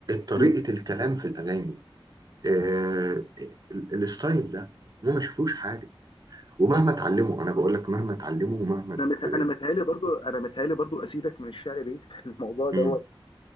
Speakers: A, on the right (about 45°); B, on the left (about 65°).
A: طريقه
B: مم.
A: الكلام في الاغاني آه... ال- الستايل ده هم ما شافوش حاجه ومهما اتعلموا انا بقول لك مهما اتعلموا ومهما
B: انا مت...
A: ت...
B: انا متهيألي برضو انا متهيألي برضو اسيدك من الشعر بعيد في الموضوع ده
A: مم.